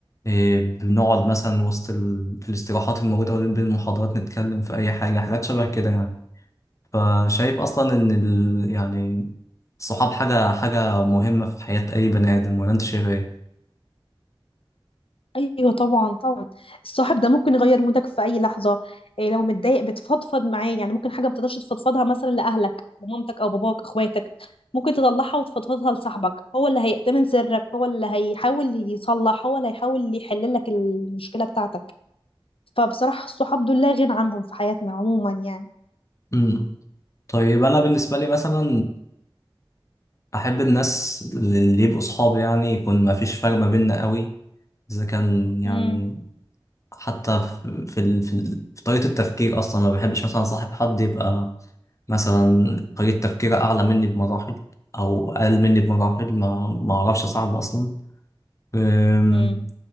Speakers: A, on the left (about 35°); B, on the left (about 80°).
A: إيه، بنقعد مثلا وسط ال... في الاستراحات الموجودة ما بين بين المحاضرات نتكلم في أي حاجة حاجات شبه كده يعني فشايف أصلا إن ال... يعني الصحاب حاجة حاجة مهمة في حياة أي بني آدم ولا أنت شايف إيه؟
B: ايوه طبعا طبعا الصاحب ده ممكن يغير مودك في اي لحظه إيه لو متضايق بتفضفض معاه يعني ممكن حاجه ما بتقدرش تفضفضها مثلا لاهلك لمامتك او باباك اخواتك ممكن تطلعها وتفضفضها لصاحبك هو اللي هيأتمن سرك هو اللي هيحاول يصلح هو اللي هيحاول يحل لك المشكله بتاعتك فبصراحه الصحاب دول لا غنى عنهم في حياتنا عموما يعني
A: مم. طيب أنا بالنسبة لي مثلا احب الناس اللي يبقوا صحابي يعني يكون ما فيش فرق ما بيننا قوي اذا كان يعني
B: امم
A: حتى في في ال- في ال- في طريقة التفكير اصلا ما بحبش مثلا صاحب حد يبقى مثلا طريقة تفكيره اعلى مني بمراحل او اقل مني بمراحل ما ما اعرفش صاحبه اصلا أم،
B: امم